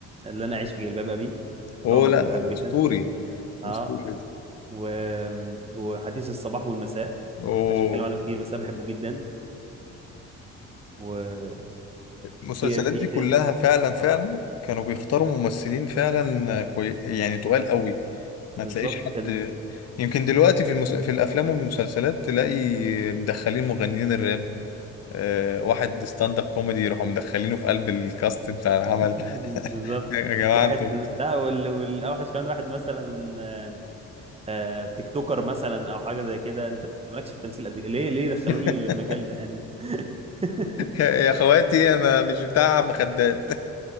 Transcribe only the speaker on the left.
هو
لا لا،
أسطوري
أسطوري ده
أوه
المسلسلات
دي كلها
فعلا فعلا
كانوا بيختاروا ممثلين فعلا كوي... يعني تقال قوي ما
تلاقيش حد
يمكن دلوقتي في المس... في الافلام والمسلسلات تلاقي مدخلين مغنيين الراب آه... واحد ستاند اب كوميدي يروحوا مدخلينه في قلب الكاست بتاع العمل
<laughs>
يا جماعة
انتوا
<laughs>
يا يا اخواتي انا مش بتاع عم خدات